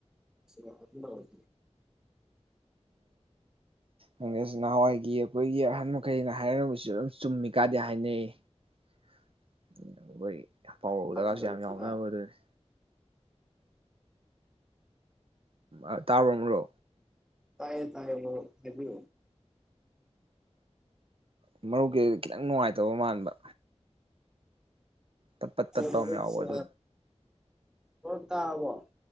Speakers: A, in the centre; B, on the right.
A: ꯑꯣꯏ
B: ꯑꯣꯪ ꯅꯍꯥꯟꯋꯥꯏꯒꯤ ꯑꯩꯈꯣꯏꯒꯤ ꯑꯍꯟ ꯃꯈꯩꯅ ꯍꯥꯏꯔꯕꯁꯨ ꯑꯗꯨꯝ ꯆꯨꯝꯃꯤ ꯀꯥꯗꯦ ꯍꯥꯏꯅꯩ ꯑꯩꯈꯣꯏ ꯄꯥꯎꯔꯛꯎꯗꯒꯥꯁꯨ
A: ꯐꯥꯖꯤꯜꯂꯕꯁꯤꯅ
B: ꯌꯥꯝ ꯌꯥꯎꯅꯕ ꯑꯗꯨꯅꯦ ꯑ ꯇꯥꯔꯝ꯭ꯔꯣ
A: ꯇꯥꯏꯌꯦ ꯇꯥꯏꯌꯦ ꯍꯥꯏꯕꯤ
B: ꯎ ꯃꯔꯨꯞꯀꯤꯗꯤ ꯈꯤꯇꯪ ꯅꯨꯡꯉꯥꯏꯇꯕ ꯃꯥꯟꯕ ꯄꯠ ꯄꯠ
A: ꯐꯅꯁꯨꯦ
B: ꯇꯠꯄ ꯑꯃ ꯌꯥꯎꯕ ꯑꯗꯨ
A: ꯍꯣ ꯇꯕꯣ